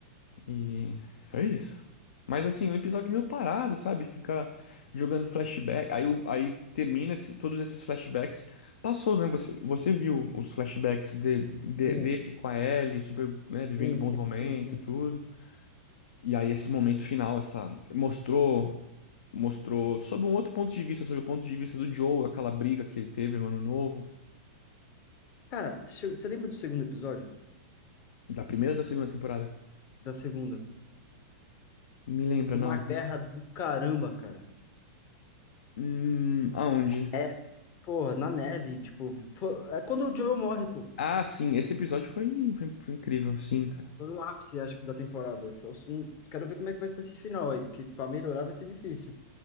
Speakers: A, on the left; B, on the left.
A: E foi isso. Mas assim, um episódio meio parado, sabe? Ficar jogando flashback. Aí, o- aí termina esse- todos esses flashbacks. Passou, né? Você, você viu os flashbacks de- de-
B: Sim,
A: dele com a Ellie, sobre, né, vivendo
B: sim,
A: bons
B: sim,
A: momentos
B: sim, sim.
A: e tudo. E aí esse momento final, essa mostrou mostrou sob um outro ponto de vista, sob o ponto de vista do Joe, aquela briga que ele teve no Ano Novo,
B: Cara, você chegou- você lembra do segundo episódio?
A: da primeira ou da segunda temporada?
B: Da segunda?
A: Me lembra,
B: Foi
A: não.
B: uma guerra do caramba, cara.
A: Hum, aonde?
B: Neve. Porra, na neve, tipo, foi- é quando o Joe morre, pô.
A: Ah, sim, esse episódio foi, foi, foi incrível, sim, cara.
B: Foi no ápice, acho que, da temporada. Só- só- Quero ver como é que vai ser esse final aí, porque pra melhorar vai ser difícil.